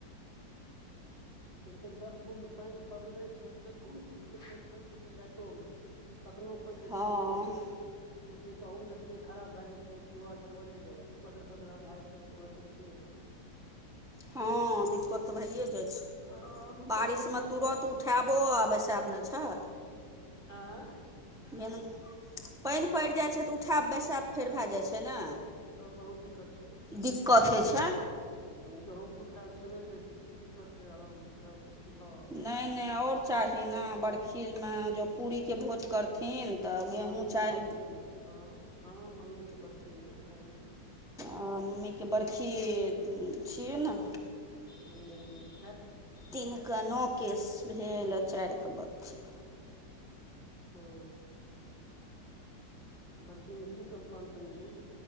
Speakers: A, on the left; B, in the centre.
A: लेकिन दस बूँद पानि पड़ले छै तऽ कोन ठीक छै, फेर पड़ि जेतै राइतो मे। कखनो पड़ि जेतै
B: हँ
A: दिनो मे, खुर्सी गहुँम देतियै खराब भए जतिये य। गड़बड़े रहै, भाय तह दिक्कते हेतै।
B: हँ दिक्कत तऽ भइए जाइ छै,
A: आ दू
B: बारिशमे
A: चारि दिन रुकि
B: तुरत
A: जाउ
B: उठायब ओ आब बैशाब न छ।
A: आँ।
B: मेन पानि पड़ि जाइ छै तऽ उठा बैसााब फेर भए जाइ छै ने।
A: तब बहुत दिक्कत छै।
B: दिक्कत होइ छै।
A: ह गहुँम सुखायल छेबे करै तऽ की दिक्कत छै, आरामसँ सब पिसाउ
B: नहि -नहि आओर चाही ने बरखीमे, जँ पूरीके भोज करथिन। तऽ
A: अच्छा
B: गेहूँ
A: मम्मी
B: चाय
A: के बरखी ह हां मम्मी के बड़खी में त चाही।
B: आ मम्मीके बरखी छियै ने।
A: ऊं।
B: तिन कऽ नो केस भेल आ चारिे के बर्खी।
A: ओ। बड़खी मे की सब प्लानिंग छै गे,